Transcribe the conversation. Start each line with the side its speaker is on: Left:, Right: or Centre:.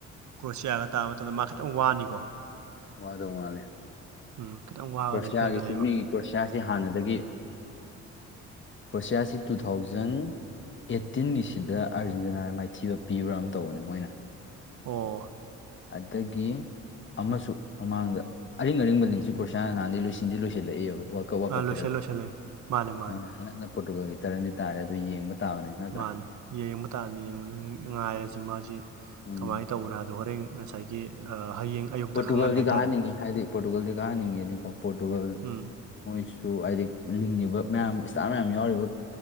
Right: ꯀ꯭ꯔꯣꯁꯤꯌꯥꯒ ꯇꯥꯕ ꯃꯇꯝꯗ ꯃꯥ ꯈꯤꯇꯪ ꯋꯥꯅꯤꯀꯣ
Left: ꯋꯥꯗꯣ ꯃꯥꯂꯦ
Right: ꯎꯝ ꯈꯤꯇꯪ ꯋꯥꯒꯗꯕ
Left: ꯀ꯭ꯔꯣꯁꯤꯌꯥꯒꯤꯁꯨ
Right: ꯐꯤꯕꯝꯗ ꯂꯩꯕ
Left: ꯃꯤꯒꯤ ꯀ꯭ꯔꯣꯁꯤꯌꯥꯁꯤ ꯍꯥꯟꯅꯗꯒꯤ ꯀ꯭ꯔꯣꯁꯤꯌꯥꯁꯤ ꯇꯨ ꯊꯥꯎꯖꯟ ꯑꯦꯠꯇꯤꯟꯒꯤꯁꯤꯗ ꯑꯥꯔꯖꯦꯟꯇꯤꯅꯥꯗ ꯃꯥꯏꯊꯤꯕ ꯄꯤꯕ꯭ꯔꯥ ꯑꯃ ꯇꯧꯕꯅꯦ ꯃꯣꯏꯅ
Right: ꯑꯣ
Left: ꯑꯗꯒꯤ ꯑꯃꯁꯨ ꯃꯃꯥꯡꯗ ꯑꯔꯤꯡ ꯑꯔꯤꯡꯕ ꯂꯤꯡꯁꯨ ꯀ꯭ꯔꯁꯥ ꯅꯍꯥꯟꯗꯤ ꯂꯣꯏꯁꯤꯟꯗꯤ ꯂꯣꯏꯁꯤꯜꯂꯛꯏꯦꯕ ꯋꯥꯔꯜ ꯀꯞ ꯋꯥꯔꯜ
Right: ꯑꯥ
Left: ꯀꯞꯁꯤꯗꯀꯣ
Right: ꯂꯣꯏꯁꯤꯜ ꯂꯣꯏꯁꯤꯜꯂꯦ ꯃꯥꯅꯦ ꯃꯥꯅꯦ
Left: ꯑꯗꯨꯅ ꯍꯟꯗꯛꯅ ꯄꯣꯔꯇꯨꯒꯜꯒꯤ ꯇꯔꯟꯗꯤ ꯇꯥꯔꯦ ꯑꯗꯨ ꯌꯦꯡꯕ ꯇꯥꯕꯅꯤ ꯅꯠꯇ꯭ꯔꯥ
Right: ꯃꯥꯅꯦ ꯌꯦꯡꯕ ꯇꯥꯟꯗ ꯌꯦꯡꯕꯗ ꯉꯥꯏꯔꯁꯤ ꯃꯥꯁꯤ
Left: ꯎꯝ
Right: ꯀꯃꯥꯏꯅ ꯇꯧꯕꯅꯣ ꯍꯥꯏꯗꯣ ꯍꯣꯔꯦꯟ ꯉꯁꯥꯏꯒꯤ ꯍꯌꯦꯡ ꯑꯌꯨꯛꯇ
Left: ꯄꯣꯔꯇꯨꯒꯜꯗꯤ
Right: ꯈꯪꯉꯅꯤ ꯍꯥꯏꯇꯥꯔꯦ
Left: ꯀꯥꯍꯟꯅꯤꯡꯉꯤ ꯍꯥꯏꯗꯤ ꯄꯣꯔꯇꯨꯒꯜꯗꯤ ꯀꯥꯍꯟꯅꯤꯡꯉꯦꯗꯤꯀꯣ ꯄꯣꯔꯇꯨꯒꯜ
Right: ꯎꯝ
Left: ꯃꯣꯏꯁꯨ ꯁꯨ ꯍꯥꯏꯗꯤ ꯂꯤꯡꯉꯤꯕ ꯃꯌꯥꯝ ꯏꯁꯇꯥꯔ ꯃꯌꯥꯝ ꯌꯥꯎꯔꯤꯕ